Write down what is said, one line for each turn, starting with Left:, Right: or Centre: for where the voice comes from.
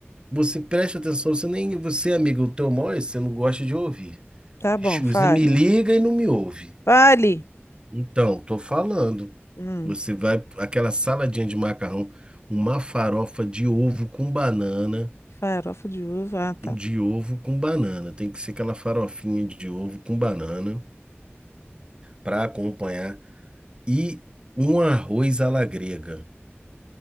Right: Você presta atenção, você nem você, amigo, o teu mal é esse, você não gosta de ouvir.
Left: tá bom. Fale.
Right: Você me liga e não me ouve.
Left: Fale.
Right: Então, tô falando.
Left: Hum.
Right: Você vai aquela saladinha de macarrão, uma farofa de ovo com banana,
Left: Farofa de uva. Ah, tá.
Right: de ovo com banana. Tem que ser aquela farofinha de ovo com banana para acompanhar e um arroz à la grega.